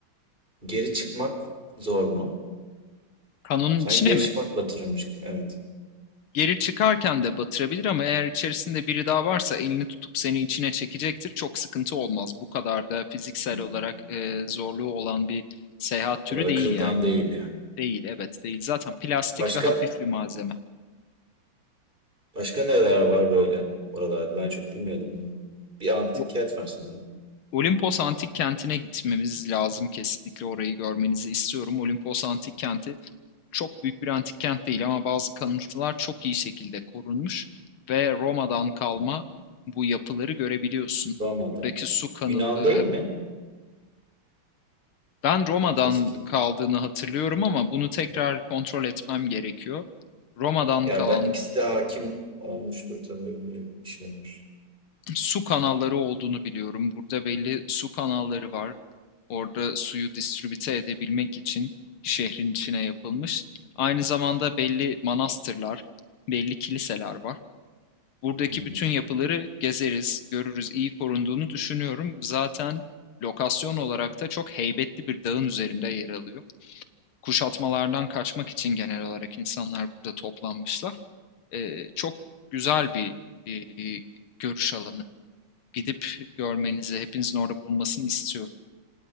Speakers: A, on the right; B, on the left.
A: geri çıkmak zor mu?
B: Kanonun
A: Sanki
B: içine
A: geri
B: mi?
A: çıkmak batırırmış gibi. Evet.
B: Geri çıkarken de batırabilir ama eğer içerisinde biri daha varsa elini tutup seni içine çekecektir. Çok sıkıntı olmaz. Bu kadar da fiziksel
A: Hı hı.
B: olarak e, zorluğu olan bir seyahat
A: O
B: türü
A: kadar da
B: değil
A: kırılgan
B: yani.
A: değil yani.
B: Değil, evet değil. Zaten plastik
A: Başka
B: ve hafif bir malzeme.
A: başka neler var böyle oralarda? Ben çok bilmiyordum bunu. Bir antik
B: O-
A: kent var sanırım.
B: Olimpos Antik Kenti'ne gitmemiz lazım kesinlikle orayı görmenizi istiyorum. Olimpos Antik Kenti çok büyük bir antik kent değil ama bazı kalıntılar çok iyi şekilde korunmuş ve Roma'dan kalma
A: Hı. hı.
B: bu yapıları görebiliyorsun.
A: Roma'da.
B: Buradaki su kanı,
A: Yunan
B: e,
A: değil mi?
B: Ben Roma'dan
A: Eski.
B: kaldığını hatırlıyorum ama bunu tekrar
A: Hı.
B: kontrol etmem gerekiyor. Roma'dan
A: Ya
B: kalan
A: ben ikisi de hakim olmuştur tabii öyle bir şeymiş
B: su kanalları olduğunu biliyorum. Burada belli su kanalları var. Orada suyu distribüte edebilmek için şehrin içine yapılmış. Aynı zamanda belli manastırlar, belli kiliseler var. Buradaki
A: Hı hı.
B: bütün yapıları gezeriz, görürüz. İyi korunduğunu düşünüyorum. Zaten lokasyon olarak da çok heybetli bir dağın üzerinde yer alıyor. kuşatmalardan kaçmak için genel olarak insanlar burada toplanmışlar. Ee, çok güzel bir e, görüş alanı. Gidip görmenizi, hepinizin orada bulunmasını istiyorum.